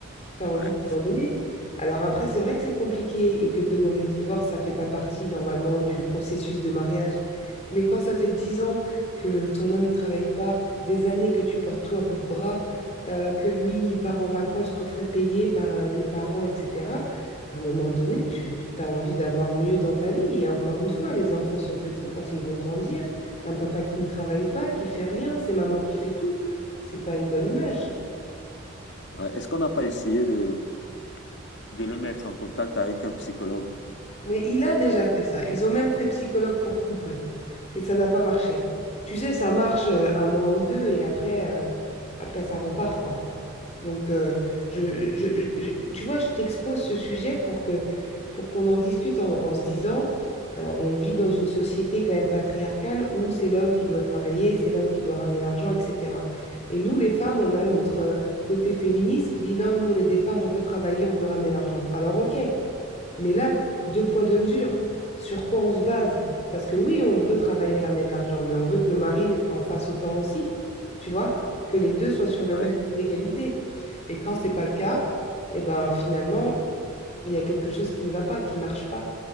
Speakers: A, on the left; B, on the left.
A: tu as envie
B: Ouais.
A: d'abandonner. Alors après, c'est vrai que c'est compliqué et que demander le divorce, ça fait pas partie normalement du processus de mariage. Mais quand ça fait dix ans que ton homme, il travaille pas, des années que tu portes tout à bout de bras, euh, que lui, il part en vacances tout frais payé par euh, les parents, etc., à un moment donné, tu as envie d'avoir mieux dans ta vie. Et encore une fois, les enfants sont petits quand ils vont grandir. Un papa qui ne travaille pas, qui fait rien, c'est maman qui fait tout. C'est pas une bonne image.
B: Ouais. Est-ce qu'on n'a pas essayé de, de le mettre en contact avec un psychologue.
A: Mais il a déjà fait ça. Ils ont même fait psychologue pour couple et ça n'a pas marché. Tu sais, ça marche euh, un mois ou deux et après, euh, après ça repart, quoi. Donc, euh, je, je- je- tu vois, je t'expose ce sujet pour que, pour qu'on en discute en, en se disant, euh, on vit dans une société quand même patriarcale où c'est l'homme qui doit travailler, c'est l'homme qui doit ramener l'argent, etc. Et nous, les femmes, on a notre euh, côté féministe qui dit non, nous, on est des femmes, on veut travailler, on veut ramener l'argent. Alors, ok. Mais là, deux poids, deux mesures, sur quoi on se base? Parce que oui, on veut travailler, ramener de l'argent, mais on veut que le mari en fasse autant aussi, tu vois, que les deux soient sur le même
B: Ouais,
A: pied d'égalité. Et quand c'est pas le cas, eh ben finalement, il y a quelque chose qui ne va pas, qui marche pas.